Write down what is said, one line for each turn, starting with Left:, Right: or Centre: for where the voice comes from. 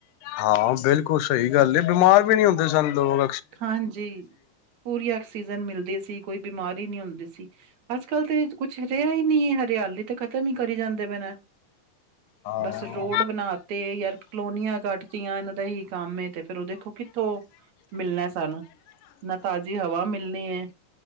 Left: ਹਾਂ, ਬਿਲਕੁਲ ਸਹੀ ਗੱਲ ਏ ਬਿਮਾਰ ਵੀ ਨੀ ਹੁੰਦੇ ਸਨ ਲੋਗ।
Right: ਹਾਂਜੀ, ਪੂਰੀ ਆਕਸੀਜਨ ਮਿਲਦੀ ਸੀ ਕੋਈ ਬਿਮਾਰੀ ਨੀ ਹੁੰਦੀ ਸੀ। ਅੱਜ-ਕੱਲ੍ਹ ਤੇ ਕੁਛ ਰਿਹਾ ਹੀ ਨੀ, ਹਰਿਆਲੀ ਤਾਂ ਖਤਮ ਹੀ ਕਰੀ ਜਾਂਦੇ ਪਿਏ ਨੇ।
Left: ਹਾਂ।
Right: ਬਸ ਰੋਡ ਬਣਾ ਤੇ ਯਾ ਕਲੋਨੀਆਂ ਕੱਟਤੀਆਂ ਇਹਨਾਂ ਦਾ ਹੀ ਕੰਮ ਏ ਤੇ ਫੇਰ ਹ ਦੇਖੋ ਕਿੱਥੋਂ ਮਿਲਣਾ ਸਾਨੂੰ ਨਾ ਤਾਜ਼ੀ ਹਵਾ ਮਿਲਣੀ ਹੈ